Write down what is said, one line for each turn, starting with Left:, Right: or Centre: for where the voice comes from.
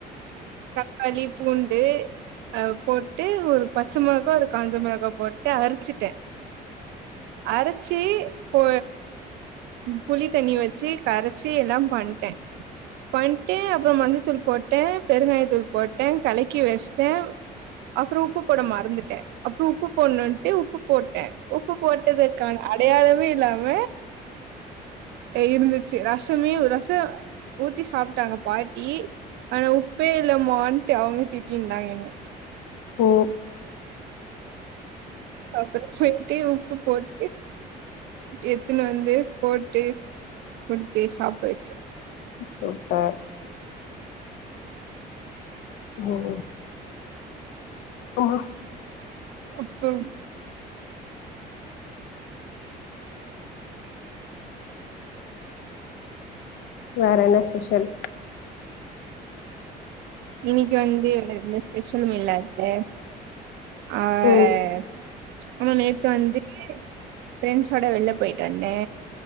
Right: தக்காளி பூண்டு அ போட்டு ஒரு பச்ச மிளகா ஒரு காஞ்ச மிளகா போட்டு அரிச்சுட்டேன் அரைச்சு போ புளி தண்ணி வச்சு கரைச்சி எல்லா பண்டே பண்ட்டு அப்புறொ மஞ்சத்தூள் போட்டே பெருங்காயத்தூள் போட்டே கலக்கி வச்சிட்டே அப்புற உப்பு போட மறந்துட்டே அப்புற உப்பு போட்னுன்ட்டு உப்பு போட்டே உப்பு போட்டதுக்கான அடையாளமே இல்லாம இருந்துச்சு ரசமே ரசம் ஊத்தி சாப்டாங்க பாட்டி ஆனா உப் பபே இல்லமான்ட்டு அவங்க திட்டின்தாங்க என்ன
Left: ஓ
Right: அப்ப செரிட்டே உப்பு போட் எத்துன்னு வந்து போட்டு குடுத்தே சாப்ட வச்சே
Left: சூப்பர் ஓ அம்மா
Right: அப்பம்
Left: வேற என்ன ஸ்பெஷல்
Right: இன்னைக்கு வந்து வேர எதுமே ஸ்பெஷலும் இல்ல அத்த ஆ அ
Left: ம்
Right: ஆனா நேத்து வந்து ஃபிரெண்ட்ஸோட வெள்ல போயிட்டு வந்தே